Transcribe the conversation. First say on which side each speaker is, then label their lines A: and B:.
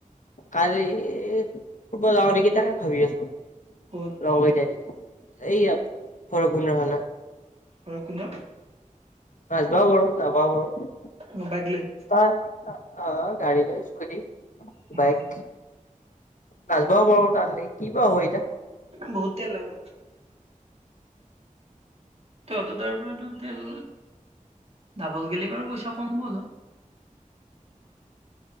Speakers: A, on the left (about 65°); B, on the right (about 45°).
A: কালি ফুৰিব যাওঁ নেকি তাকে ভাবি আছো।
B: ক'ত
A: ৰঙইটাই দি এইয়া ফৰ গুন ফালে।
B: হয় কোননো।
A: নাচবাও পাৰো যাবাও পাৰো।
B: অ বাইক লৈ?
A: অ অ গাড়ী লৈ স্কুটি
B: উম,
A: বাইক। নাচবাও পাৰো তাল কিবা হয় এতিয়া।
B: বহুত তেল লাগব। তহঁতৰ তাৰ পৰাতো তেল, ডাবল গলে বাৰু পইচা কম হ'ব বাৰু অলপ।